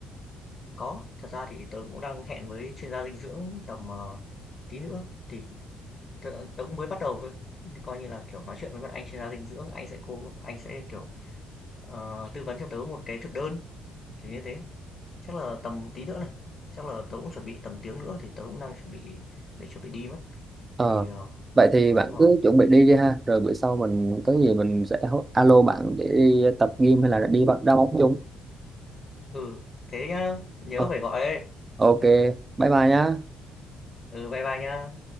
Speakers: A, on the left; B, on the right.
A: Có, thật ra thì tớ cũng đang hẹn với chuyên gia dinh dưỡng tầm, ờ, tí nữa, thì tớ tớ cũng mới bắt đầu thôi, coi như là, kiểu, nói chuyện với một anh chuyên gia dinh dưỡng, anh sẽ cô anh sẽ, kiểu, ờ, tư vấn cho tớ một cái thực đơn, kiểu như thế. Chắc là tầm tí nữa này, chắc là tớ cũng chuẩn bị tầm tiếng nữa thì tớ cũng đang chuẩn bị để chuẩn bị đi mất.
B: Ờ,
A: Thì, ờ,
B: vậy thì bạn
A: ờ,
B: cứ chuẩn bị đi đi ha, rồi bữa sau mình có gì mình sẽ hô- alo bạn để đi tập gym hay là đi bắt đá bóng chung.
A: ừ, thế nhá, nhớ
B: Ờ,
A: phải gọi đấy.
B: ok, bye bye nhá.
A: Ừ, bye bye nhá.